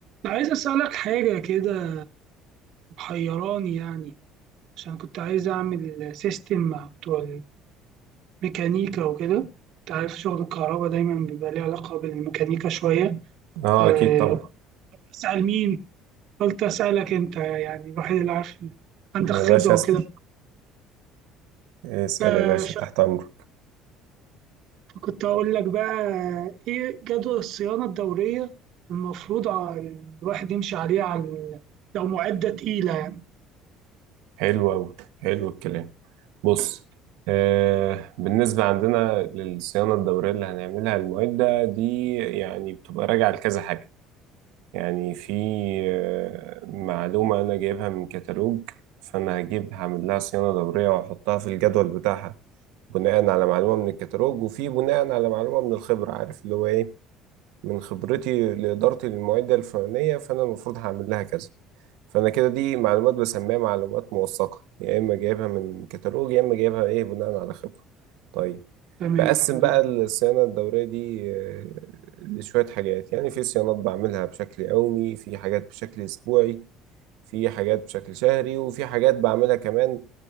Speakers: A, on the right; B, on the right.
A: أنا عايز أسألك حاجة كده محيراني يعني عشان كنت عايز أعمل سيستم مع بتوع الميكانيكا وكده أنت عارف شغل الكهرباء دايما بيبقى ليه علاقة بالميكانيكا شوية
B: اه
A: أه،
B: اكيد طبعا
A: أسأل مين؟ قلت أسألك أنت يعني الوحيد اللي عارف إن عندك
B: يا
A: خبرة
B: باشا اسال
A: وكده
B: اسال
A: أه،
B: يا باشا
A: ف-
B: تحت امرك
A: فكنت هقول لك بقى إيه جدول الصيانة الدورية المفروض على- الواحد يمشي عليه على ال- لو معدة تقيلة يعني
B: حلو قوي حلو الكلام بص آه بالنسبه عندنا للصيانه الدوريه اللي هنعملها المواد ده دي يعني بتبقى راجعه لكذا حاجه يعني في آه معلومه انا جايبها من كتالوج فانا هجيب هعمل لها صيانه دوريه واحطها في الجدول بتاعها بناء على معلومه من الكتالوج وفي بناء على معلومه من الخبره عارف اللي هو ايه من خبرتي لإدارتي للمعدة الفلانية فأنا المفروض هعمل لها كذا فأنا كده دي معلومات بسميها معلومات موثقة يا إما جايبها من كتالوج يا إما جايبها إيه بناء على خبرة طيب
A: تمام
B: بقسم
A: حلو
B: بقى الصيانة الدورية دي آه، لشوية حاجات يعني في صيانات بعملها بشكل يومي في حاجات بشكل أسبوعي في حاجات بشكل شهري وفي حاجات بعملها كمان